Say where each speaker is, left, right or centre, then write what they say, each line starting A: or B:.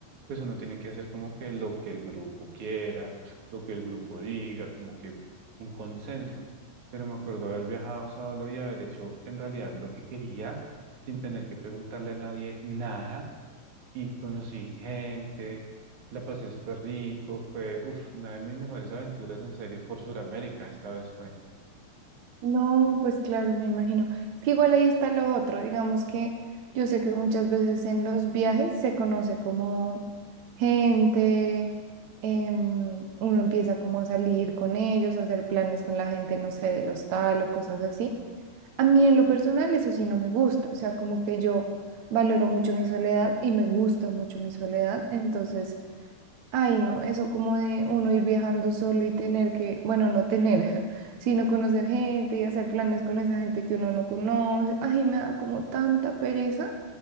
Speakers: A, on the right; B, on the right.
A: pues uno tiene que hacer como que lo que el grupo quiera, lo que el grupo diga, como que un consenso. Pero me acuerdo haber viajado solo y haber hecho en realidad lo que quería, sin tener que preguntarle a nadie nada, y conocí gente, la pasé súper rico, fue, uff, una de mis mejores aventuras en serio por Sudamérica, esta vez fue.
B: No, pues claro, me imagino. Es que igual ahí está lo otro, digamos que yo sé que muchas veces en los viajes se conoce como gente, em, uno empieza como a salir con ellos, a hacer planes con la gente, no sé, del hostal o cosas así. A mí en lo personal eso sí no me gusta, o sea, como que yo valoro mucho mi soledad y me gusta mucho mi soledad, entonces... Ay, no, eso como de uno ir viajando solo y tener que, bueno, no tener, <laughs> sino conocer gente y hacer planes con esa gente que uno no conoce. Ay, me da como tanta pereza.